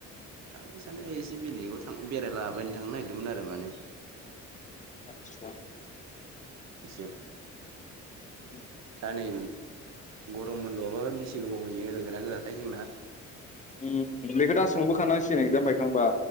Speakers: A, on the right; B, on the left.
A: थांनो साननाया एसे बेलेगाव थां बेरायला बायनो थांनो नागिरदोंमोन आरो माने।
B: आतसा।
A: एसे
B: <inaudible>
A: दा नै गरम बन्द'आबा बेसे गोबाव होयो होगोना होआथाय जोंना।
B: उम बेखौ दा सोंबोखानांसिगोन एक्जाम बायखांबा।